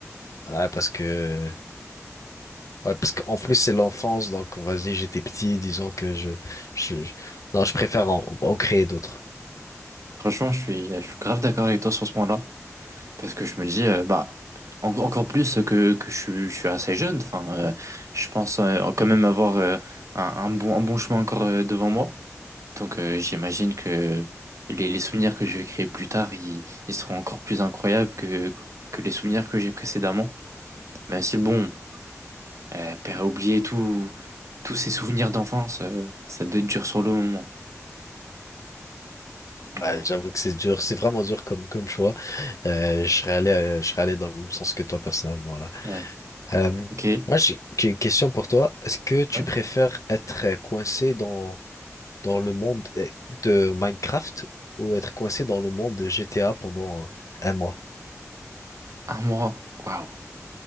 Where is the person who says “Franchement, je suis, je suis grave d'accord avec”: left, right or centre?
Right